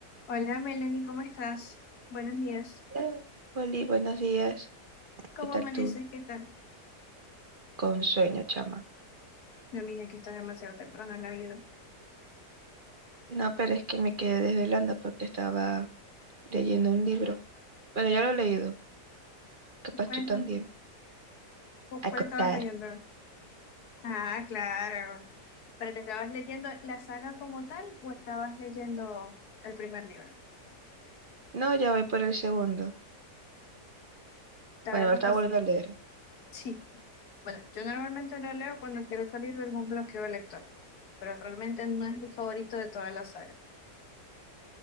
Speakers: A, on the left; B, on the right.
A: Hola Melanie, ¿cómo estás? Buenos días.
B: Eh, Oli, buenos días.
A: ¿Cómo
B: ¿Qué tal
A: amaneces?
B: tú?
A: ¿Qué tal?
B: Con sueño, chama.
A: No, mira que estás demasiado temprano en la vida.
B: No, pero es que me quedé desvelando porque estaba leyendo un libro. Bueno, ya lo he leído. Capaz
A: ¿Cuál,
B: tú
A: está-
B: también.
A: cu- cuál
B: Acotar.
A: estabas leyendo? Ah, claro. ¿Pero te estabas leyendo la saga como tal o estabas leyendo el primer libro?
B: No, ya voy por el segundo.
A: Te
B: Bueno,
A: voy a
B: lo
A: confesar.
B: estaba volviendo a leer.
A: Sí. Bueno, yo normalmente lo leo cuando quiero salir de algún bloqueo lector, pero realmente no es mi favorito de toda la saga.